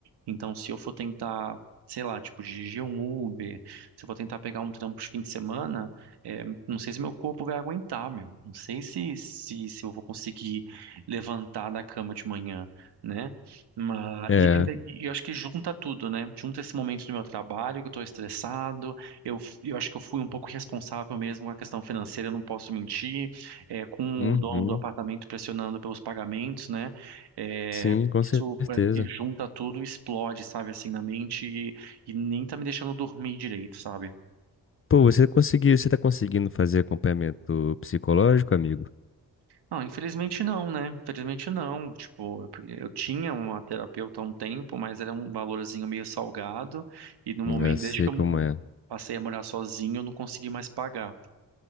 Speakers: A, on the right; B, on the left.
A: Então, se eu for tentar, sei lá, tipo, dirigir um Uber, se eu for tentar pegar um trampo de fim de semana, é, não sei se meu corpo vai aguentar, meu. Não sei se, se, se eu vou conseguir levantar da cama de manhã, né? Mas,
B: É.
A: e ainda, e eu acho que junta tudo, né? Junta esse momento do meu trabalho, que eu tô estressado, eu, eu acho que eu fui um pouco responsável mesmo com a questão financeira, eu não posso mentir, é, com
B: Uhum.
A: o dono do apartamento pressionando pelos pagamentos, né? É,
B: Sim, com
A: isso
B: certeza.
A: parece que junta tudo, explode, sabe, assim, na mente e, e nem tá me deixando dormir direito, sabe?
B: Pô, você conseguiu, você tá conseguindo fazer acompanhamento psicológico, amigo?
A: Não, infelizmente não, né? Infelizmente não. Tipo, eu eu tinha uma terapeuta há um tempo, mas era um valorzinho meio salgado. E no
B: Eu
A: momento,
B: sei
A: desde que eu
B: como é.
A: passei a morar sozinho, eu não consegui mais pagar.